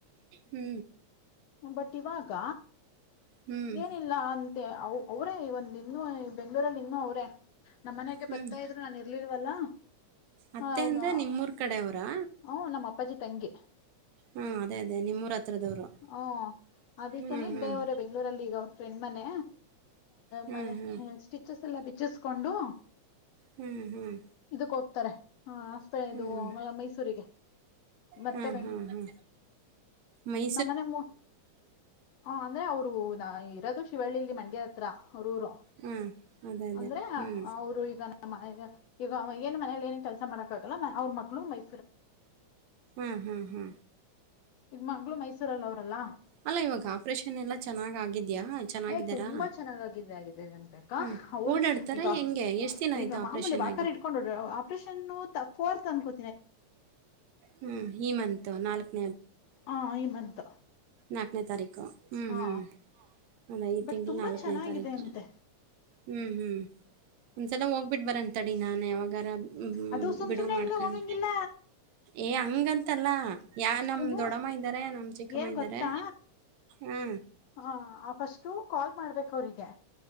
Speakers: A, on the right; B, on the left.
A: ಹೂ
B: ಬಟ್ ಇವಾಗ
A: ಹ್ಮ್
B: ಏನಿಲ್ಲ ಅಂತೆ ಅವರೇ ಒಂದ ಇನ್ನುೂ ಬೆಂ್ಗಳೂರಲ್ಲಿ ಇನ್ನೂ ಅವ್ರೇ ನಮ್ಮ್ನೆಾಗ
A: ಹ್ಮ್
B: ಬರ್ತಾ ಇದ್ರು ನಾನ್ ಇರ್ಲಿಲ್ವಲ್ಲ
A: ಅತ್ತೆ
B: ಅವ್ನು
A: ಅಂದ್ರೆ ನಿಮ್ಮೂರ್ ಕಡೆ ಅವ್ರಾ
B: ಹ ನಮ್ಮ ಅಪ್ಪಾಜಿ ತಂಗಿ
A: ಹೂ ಅದೇ ಅದೇ ನಿಮ್ಮೂರ ಹತ್ರದವರು
B: ಹಓ ಅದಕ್ಕೇನೆ
A: ಹ್ಮ್
B: ಇಲ್ಲೇ
A: ಹ್ಮ್
B: ಅವರ ಬೆಂಗ್ಳೂರಲ್ಲಿ ಈಗ ಅವ್ರ ಫ್ರೆಂಡ್ ಮನೆ
A: ಹ್ಮ್
B: ಮೆ
A: ಹ್ಮ್
B: ಸ್ಟಿಚಸ್ ಎಲ್ಲ ಬಿಚ್ಚಿಸಕೊಂಡು
A: ಹ್ಮ್ ಹ್ಮ್
B: ಇದುಕೆ ಹೋಗ್ತಾರೆ ಹ ಆಸ್ಪ
A: ಹ್ಮ್
B: ಇದು ಮೈಸೂರಿಗೆ ಮತ್ತೆ
A: ಹಾ
B: ಬೆಂಗ
A: ಹಾ ಹಾ ಮೈ
B: ನಮ್ಮನೆ ಹ ಅಂದ್ರೆ ಅವರು ಇರೋದು ಶಿವಳ್ಳಿಲ್ಲಿ ಮಂಡ್ಯ ಹತ್ರ ಅವ್ರೂರು
A: ಹಾಂ ಅದೇ ಅದೇ
B: ಅಂದ್ರೆ
A: ಹ್ಞೂ
B: ಅವರು ಈಗ ನಮ್ಮ ಈಗ ಏನ್ ಮನೇ ಏನ ಕೆಲಸ ಮಾಡಕ್ಕಗಲ್ಲ ಅವ್ರ ಮಗಳು ಮೈ
A: ಹೂ ಹೂ ಹೂ
B: ಈಗ ಮಂಗ್ಳೂ ಮೈಸೂರಲ್ಲಿ ಅವ್ರಲ್ಲಾ
A: ಅಲ್ಲ ಇವಾಗ ಆಪ್ರೇಷನ್ ಎಲ್ಲ ಚೆನ್ನಾಗ್ ಆಗಿದ್ಯಾ ಚೆನ್ನಾಗಿದ್ದಾರಾ
B: ಏ ತುಂಬಾ ಚೆನ್ನಾಗಗಿದ್ದ ಆಗಿದ್ದ ಅಂತಕ್ಕ
A: ಹ್ಮ್
B: ಅವ
A: ಓಡಾಡ್ತಾರಾ
B: ಈಗ
A: ಹೆಂಗೆ ಎಷ್ಟ್ ದಿನ ಆಯ್ತು
B: ಈಗ
A: ಆಪ್ರೇಷನ್
B: ಮಾಮೂಲಿ ವಾಕರ್
A: ಆಗಿ
B: ಇಟ್ಕೊಂಡ್ ಹೋಡ್ರ ಆಪರೇಷನ್ ಫತ್ ಅನ್ಕೋ
A: ಹೂ ಈ ಮಂತ್ ನಾಲ್ಕು
B: ಹ ಈ ಮಂತ್
A: ನಾಲ್ಕನೇ ತಾರೀಕು ಹೂ
B: ಹಾ
A: ಮತ್ತು ಅಂದ ಈ
B: ಬಟ್
A: ತಿಂಗಳು
B: ತುಂಬಾ
A: ನಾಲ್ಕನೇ
B: ಚೆನ್ನಾಗಿದೆ
A: ತಾರೀಕು
B: ಅಂತೆ
A: ಹೂ ಹೂ ಚಲ ಹೋಗ್ಬಿಟ್ಟ ಬರಂತಡಿ ನಾನ ಯಾವಾಗಾರ
B: ಅದು ಸುಮ್
A: ಬಿಡುವ
B: ಸುಮ್ನೆ
A: ಮಾಡ್ಕೊಂಡ
B: ಎಲ್ಲ ಹೋಗಂಗಿಲ್ಲ
A: ಏ ಹಂಗಂತಲ್ಲ ಯಾ ನಮ
B: ಹ್ಮ
A: ದೊಡಮ್ಮ ಇದ್ದಾರೆ ನಮ ಚಿಕ್ಕಮ್ಮ
B: ಏನ್
A: ಇದ್ದಾರೆ
B: ಗೊತ್ತಾ
A: ಹಾ
B: ಹ ಫಸ್ಟು ಕಾಲ್ ಮಾಡ್ಬೇಕ ಅವ್ರಿಗೆ